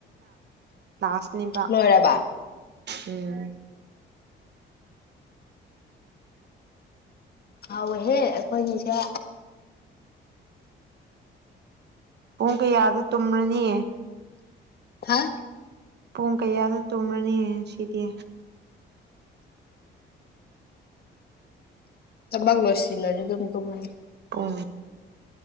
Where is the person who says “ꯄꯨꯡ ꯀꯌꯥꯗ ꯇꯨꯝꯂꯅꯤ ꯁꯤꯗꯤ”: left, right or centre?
Right